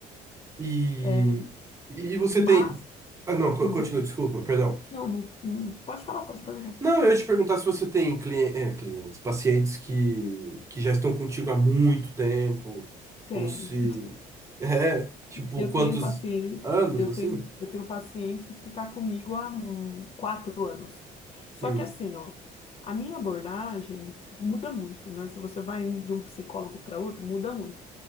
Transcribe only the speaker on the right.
E,
e você
tem. Ah, não, co-
continua, desculpa, perdão.
Não, eu ia te perguntar se você tem clien- eh, clientes, pacientes que, que já estão contigo há muito tempo,
ou se. É, tipo,
quantos
anos
assim?
Hum,